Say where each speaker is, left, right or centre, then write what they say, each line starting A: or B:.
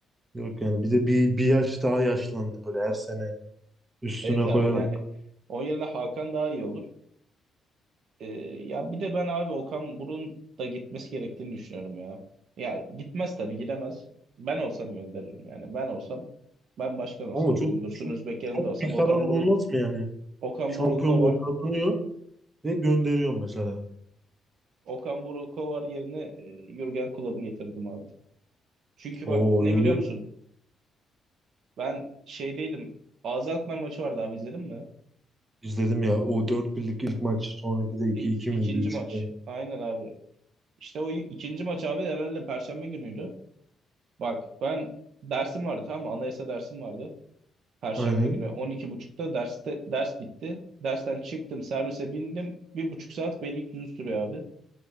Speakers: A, on the right; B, on the right.
A: yok yani bir de bir, bir yaş daha yaşlandı böyle her sene üstüne
B: Evet abi
A: koyarak.
B: yani onun yerine Hakan daha iyi olur. Ee, ya bir de ben abi Okan Buruk'un da gitmesi gerektiğini düşünüyorum ya. Ya gitmez tabii gidemez. Ben olsam gönderirim yani. Ben olsam, ben başkan olsam
A: Ama çok
B: bugün Dursun
A: çok,
B: Özbek yerinde
A: çok
B: olsam
A: bir
B: Okan
A: karar olmaz
B: Buruk,
A: mı yani?
B: Okan
A: Şampiyonluğu
B: Buruk kovar.
A: kazanıyor ve gönderiyor mesela.
B: Okan Buruk kovar yerine e, Jürgen Klopp'u getirdim abi. Çünkü
A: Oo
B: bak ne
A: yürü
B: biliyor musun? Ben şeydeydim. Ağzı Alkmaar maçı vardı abi izledin mi?
A: izledim ya o 4 birlik ilk maç sonraki de iki
B: İ ikinci
A: 2 miydi 3-2
B: maç.
A: miydi?
B: Aynen abi. İşte o ikinci maç abi herhalde Perşembe günüydü. Bak ben dersim vardı tamam mı? Anayasa dersim vardı. Perşembe
A: Aynen
B: günü 12.30'da derste ders bitti. Dersten çıktım, servise bindim. Bir buçuk saat Beylikdüzü sürüyor abi.